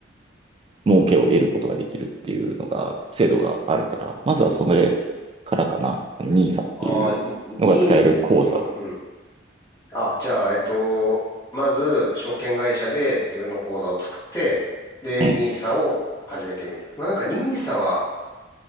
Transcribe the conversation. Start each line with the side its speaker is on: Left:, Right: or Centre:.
Right: 儲けを得ることができるっていうのが、制度があるから、まずはそれからかな。ニーサっていうのが使える口座を。
Left: ああ、に、に、うんうん。あ、じゃあ、えっと、まず、証券会社で自分の口座を作って、で、
Right: うん。
Left: ニーサを始めてみる。まあ、なんかニーサは